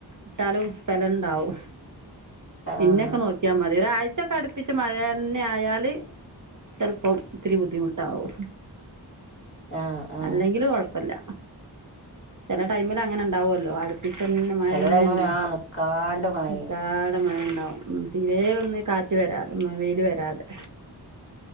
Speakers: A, on the right; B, on the left.
A: ഇട്ടാലും സ്ഥലണ്ടാവും. പിന്നെക്കെ
B: ആഹ്
A: നോക്കിയാ മതി ഒരാഴ് ച്ചക്കെ അടുപ്പിച്ച് മഴയന്നെ ആയാല് ചെലപ്പം ഇത്തിരി ബുദ്ധിമുട്ടാവും.
B: ആഹ് ആഹ്
A: അല്ലെങ്കില് കൊഴപ്പില്ല ചില ടൈമിൽ അങ്ങനെ ഉണ്ടാവുമല്ലോ അടുപ്പിച്ചന്നെ മഴ
B: ചെല
A: തന്നെ
B: ടൈമിന്
A: ഉണ്ട്
B: ആഹ് നിക്കാണ്ട് മഴെയ്യും
A: നീക്കാട മഴ ഉണ്ടാവ ഉം തീരെ ഒന്ന് കാറ്റ് വരാതെ വെയില് വരാതെ